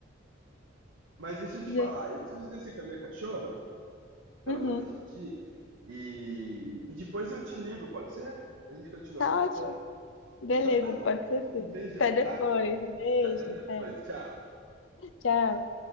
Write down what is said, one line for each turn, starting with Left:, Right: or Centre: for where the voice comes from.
Right: Mas deixa eu te
Left: gente,
Right: falar, eu preciso descer com a minha cachorra pra
Left: uhum,
Right: ela fazer xixi e, e depois eu te ligo, pode ser? A gente continua
Left: tá
Right: conversando?
Left: ótimo. Beleza,
Right: Então tá bom.
Left: pode ser sim.
Right: Um beijão,
Left: Até depois.
Right: tá?
Left: Beijo,
Right: Até depois.
Left: até.
Right: Tchau.
Left: Tchau.